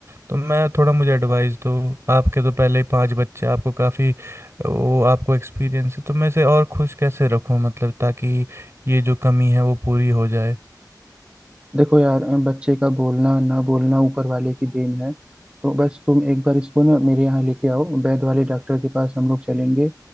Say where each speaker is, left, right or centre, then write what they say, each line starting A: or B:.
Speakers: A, on the right; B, on the right.
A: तो मैं थोड़ा मुझे एडवाइस दो आपके तो पहले ही पांच बच्चे आपको काफ़ी वो आपको एक्सपीरियंस है तो मैं इसे और खुश कैसे रखूँ मतलब ताकि ये जो कमी है वो पूरी हो जाए
B: देखो यार अ, बच्चे का बोलना ना बोलना ऊपर वाले की देन है तो बस तुम एक बार इसको ना मेरे यहाँ लेके आओ वैद वाले डॉक्टर के पास हम लोग चलेंगे